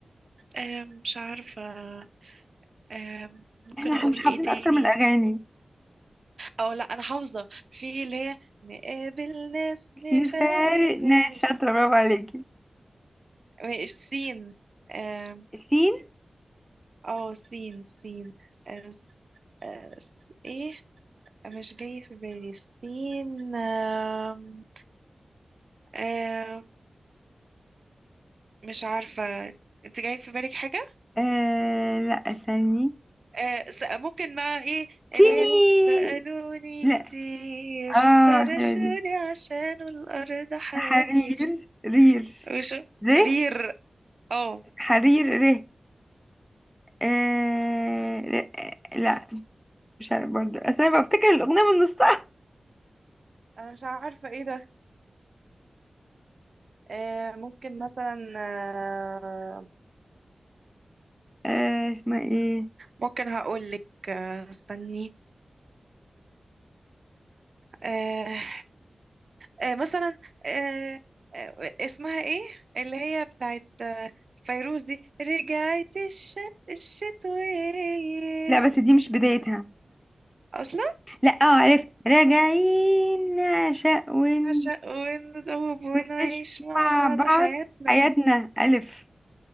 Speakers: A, on the right; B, in the centre.
A: آه مش عارفة آه ممكن
B: احنا
A: اقول
B: مش حافظين
A: ايه تاني
B: اكتر من الاغاني
A: او لا انا حافظة في اللي هي نقابل ناس نفارق
B: نفارق
A: ناس
B: ناس شاطره برافو عليكي
A: مش سين اه
B: سين
A: آه، سين سين آه س- آه س- ايه مش جاي في بالي سين آم، آم، مش عارفة انت جاي في بالك حاجة
B: آه لا استني
A: آه س- ممكن بقى ايه اللي
B: سنين
A: هي سألوني
B: لا
A: كتير
B: اه
A: فرشوني
B: حلوة دي
A: عشان الأرض حرير
B: حرير رير
A: وشو
B: ره
A: رير اه
B: حرير ره آه ر- آه، لا مش عارف برضه أصل انا بفتكر الاغنيه من نصها
A: انا مش عارفة ايه ده آه ممكن مثلا آه
B: آه اسمها ايه
A: ممكن هقول لك آه استني آه آه مثلا آه آه اسمها ايه اللي هي بتاعت آه، فيروز دي رجعت الشت الشتوية
B: لا بس دي مش بدايتها
A: اصلا
B: لا اه عرفت راجعين نعشق ون...
A: عشق ونتوب ونعيش
B: ونعيش
A: مع
B: مع
A: بعض حياتنا
B: بعض حياتنا الف